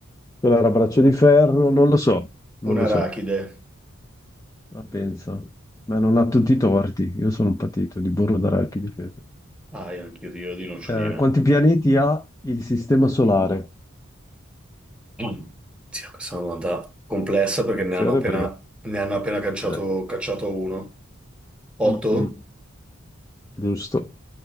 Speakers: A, on the left (about 15°); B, in the centre.
A: Quello era braccio di ferro? Non lo so. Non
B: Un
A: lo
B: arachide.
A: so. La pensa. Ma non ha tutti i torti. Io sono un patito di burro d'arachidi. credo.
B: Ah, io anch'io io di noccioline.
A: Eh, quanti pianeti ha il sistema solare?
B: Mm. Sì, questa è una domanda complessa perché
A: Attenzione
B: ne hanno appena,
A: perché...
B: ne hanno appena cacciato,
A: eh,
B: cacciato uno. Otto?
A: mm, mm, giusto.